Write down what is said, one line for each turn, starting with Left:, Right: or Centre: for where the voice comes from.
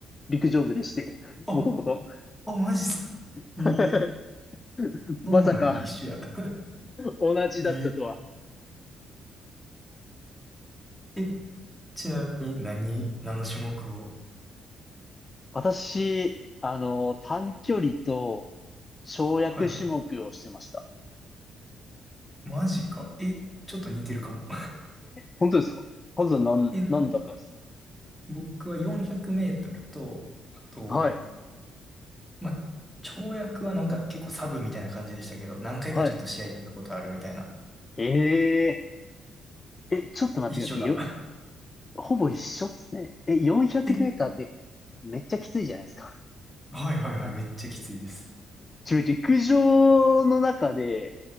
Left: 陸上部でして、
Centre: あ、
Left: もともと。
Centre: あ、マジっすか。ええ
Left: <laughs> まさか、
Centre: そうなんや、一緒や。<laughs>
Left: 同じだったとは。
Centre: えええ、ちなみに何、何の種目を
Left: 私、あの、短距離と、跳躍種目をしてました。
Centre: はい。マジか。え、ちょっと似てるかも。
Left: 本当ですか数なん、
Centre: <laughs> え、なんか
Left: なんだったんです
Centre: 僕は400メートルと、あと、
Left: かはい。
Centre: まあ、跳躍はなんか結構サブみたいな感じでしたけど、何回かちょっと試合行ったことあるみたいな。
Left: はい。ええー、え、ちょっと待ってください。
Centre: 一緒だ。
Left: よ、ほぼ一緒っすね。え、400メーターってめっちゃきついじゃないですか。
Centre: <laughs> え、はいはいはい、めっちゃきついです。
Left: 自分陸上の中で